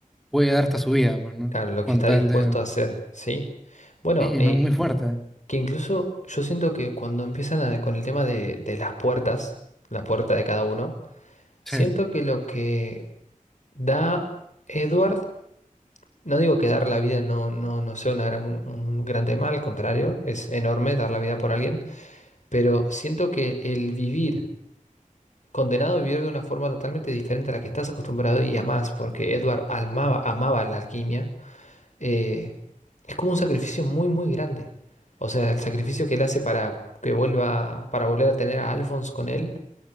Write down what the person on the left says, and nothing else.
Claro, lo
que está
dispuesto
a hacer, ¿sí? Bueno,
eh,
Que incluso yo siento que cuando empiezan a- con el tema de, de las puertas, la puerta de cada uno,
siento que lo que da Edward, no digo que dar la vida no, no, no sea una gran- un gran tema, al contrario, es enorme dar la vida por alguien, pero siento que el vivir, condenado a vivir de una forma totalmente diferente a la que estás acostumbrado y amás, porque Edward amaba, amaba la alquimia, eh, Es como un sacrificio muy, muy grande. O sea, el sacrificio que él hace para que vuelva, para volver a tener a Alphonse con él,